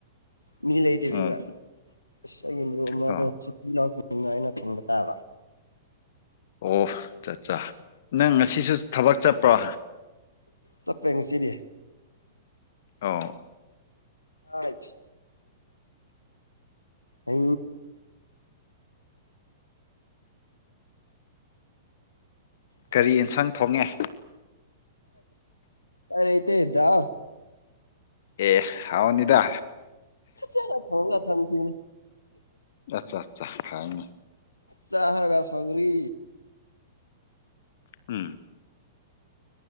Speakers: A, on the left; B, on the left.
A: ꯃꯤ ꯂꯩ ꯂꯩꯗꯦꯕ
B: ꯎꯝ ꯑꯣ
A: ꯂ ꯑꯩꯅ ꯊꯕ ꯇꯥꯕ
B: ꯑꯣ ꯆꯠ ꯆ ꯅꯪ ꯉꯁꯤꯁꯨ ꯊꯕꯛ ꯆꯠꯄ꯭ꯔꯣ
A: ꯆꯠꯄꯦ ꯉꯁꯤꯗꯤ
B: ꯑꯣ
A: ꯑꯖ ꯑ ꯊ
B: ꯀꯔꯤ ꯌꯦꯟꯁꯥꯡ ꯊꯣꯡꯉꯦ
A: ꯑꯩꯇ ꯑꯦꯗ
B: ꯑꯦ ꯍꯥꯎꯅꯤꯗ
A: ꯆꯂ ꯊꯧꯒ ꯊ ꯊꯅ
B: ꯑꯆꯥ ꯑꯠꯆꯥ ꯍꯥꯏꯅ
A: ꯆꯥ ꯍꯔꯒ ꯁꯒꯔꯤ
B: ꯎꯝ